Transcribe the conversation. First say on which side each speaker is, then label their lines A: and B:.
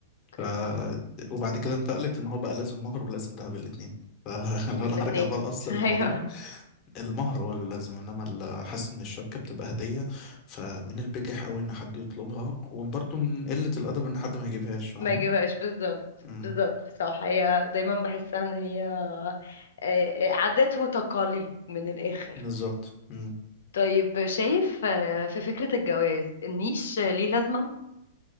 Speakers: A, on the left (about 75°); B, on the left (about 35°).
A: اوكي
B: ف... وبعد كده انتقلت ان هو بقى لازم مهر ولازم ذهب الاتنين فلو
A: الاتنين
B: <laughs> انا هرجع بقى لاصل
A: <laughs>
B: الموضوع
A: ايوه
B: المهر هو اللي لازم انما ال- حاسس ان الشبكه بتبقى هديه فمن البجح قوي ان حد يطلبها وبرضه من قله الادب ان حد ما يجيبهاش فاهمه
A: ما يجيبهاش بالظبط
B: امم
A: بالظبط صح هي دايما بحسها ان هي آه، آه، عادات وتقاليد من الاخر
B: بالظبط امم
A: طيب شايف آه، في فكرة الجواز النيش ليه لازمة